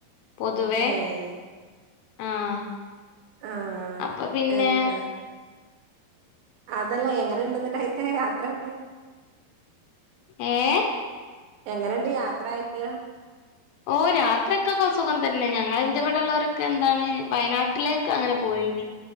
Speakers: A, on the left (about 75°); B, on the right (about 75°).
A: പൊതുവേ
B: ഏഹ്
A: ആഹ്
B: ആഹ്
A: അപ്പൊ പിന്നെ
B: എന്താ അതല്ല എങ്ങന്ണ്ട്ന്നയ്ത്തെ യാത്രയക്കെ
A: ഏഹ്
B: എങ്ങന്ണ്ട് യാത്രായ്ട്ട്
A: ഓഹ് യാത്രക്കെകൊ സുഖം തന്നെ ഞങ്ങളെന്റെവ്ടെള്ളവരൊക്കെ എന്താണ് വയനാട്ടിലേക്ക് അങ്ങനെ പോയിനി